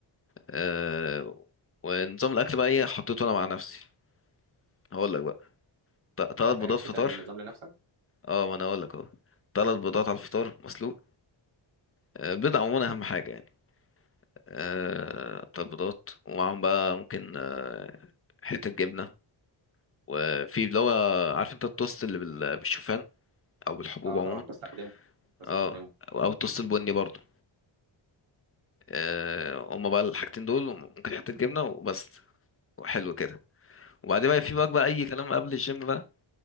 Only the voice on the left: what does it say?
أه ونظام الأكل بقى إيه حطيته أنا مع نفسي هقول لك بقى ت- تلات
بيضات
فطار
اه ما أنا هقول لك أهو تلات بيضات على الفطار مسلوق آه، البيض عموما اهم حاجه يعني آه، بتاع البيضات ومعاهم بقى ممكن آه، حته جبنه وفي اللي هو عارف انت التوست اللي بال- بالشوفان او بالحبوب
عموما
اه او التوست البني برضو آه، هما بقى الحاجتين دول ممكن حته جبنه وبس وحلو كده وبعدين بقى في بقى, بقى اي كلام قبل الجيم بقى